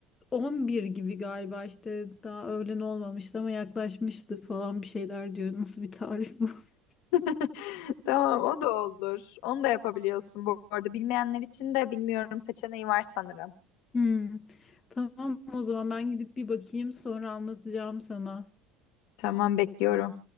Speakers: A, on the left; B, on the left.
A: On bir gibi galiba işte daha öğlen olmamıştı ama yaklaşmıştı falan bir şeyler diyor. Nasıl bir tarif bu? <laughs>
B: <laughs> Tamam o da olur. Onu da yapabiliyorsun bu arada. Bilmeyenler için de bilmiyorum seçeneği var sanırım.
A: Hmm. Tamam o zaman ben gidip bir bakayım sonra anlatacağım sana.
B: Tamam bekliyorum.